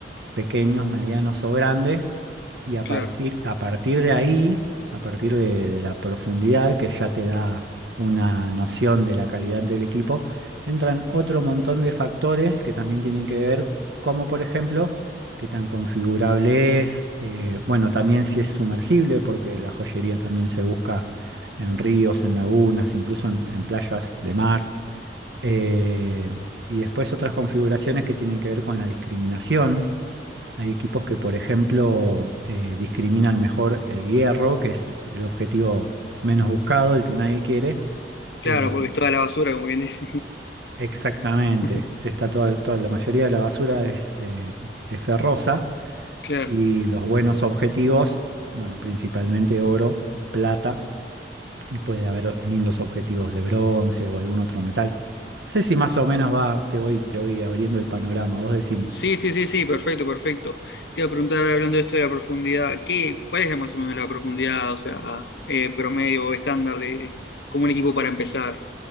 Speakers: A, on the right; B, on the left.
A: pequeños, medianos o grandes, y a
B: claro.
A: partir, a partir de ahí, a partir de, de la profundidad que ya te da una noción de la calidad del equipo, entran otro montón de factores que también tienen que ver, como por ejemplo, qué tan configurable es, eh, bueno, también si es sumergible, porque la joyería también se busca en ríos, en lagunas, incluso en, en playas de mar. Eh, y después otras configuraciones que tienen que ver con la discriminación, hay equipos que, por ejemplo, eh, discriminan mejor el hierro, que es el objetivo menos buscado, el que nadie quiere.
B: Claro,
A: Eh,
B: porque es toda la basura, como quien dice.
A: exactamente,
B: <laughs>
A: está toda, toda- la mayoría de la basura es, eh, es ferrosa
B: Claro.
A: y los buenos objetivos, bueno, principalmente oro, plata y puede haber lindos objetivos de bronce o algún otro metal. No sé si más o menos va, te voy, te voy abriendo el panorama, vos decime.
B: Sí, sí, sí, sí, perfecto, perfecto. Te iba a preguntar, hablando de esto de la profundidad, ¿qué, cuál es la más o menos la profundidad, o sea, eh, promedio o estándar de como un equipo para empezar?